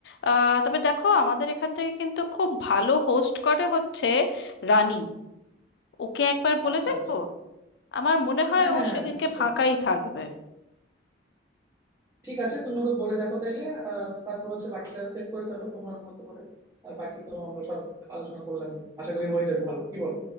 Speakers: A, on the left; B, on the right.
A: আহ, তবে দেখো আমাদের এখান থেকে কিন্তু খুব ভালো হোস্ট করে হচ্ছে রানী ওকে একবার বলে
B: আচ্ছা
A: দেখবো
B: আচ্ছা
A: আমার মনে হয়
B: হ্যাঁ হ্যাঁ
A: ও সেদিনকে
B: নিশ্চয়ই
A: ফাঁকাই থাকবে
B: ঠিক আছে তুমি ওকে বলে দেখো তাইলে আর তারপর হচ্ছে বাকিটা সেট করে ফেলো তোমার মতো করে আর বাকি তো আমরা সব আলোচনা করলাম আশা করি হয়ে যাবে ভালো কি বলো